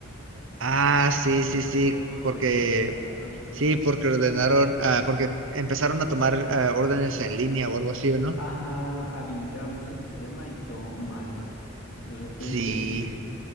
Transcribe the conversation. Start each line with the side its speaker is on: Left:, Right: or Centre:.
Right: Ah, sí, sí, sí,
Left: <laughs> No,
Right: porque,
Left: se pasaron.
Right: sí, porque ordenaron, ah, porque empezaron a tomar ah, órdenes en línea o algo así, ¿no?
Left: Ajá, habilitaron ese sistema y tómala. De repente.
Right: Sí,
Left: <laughs>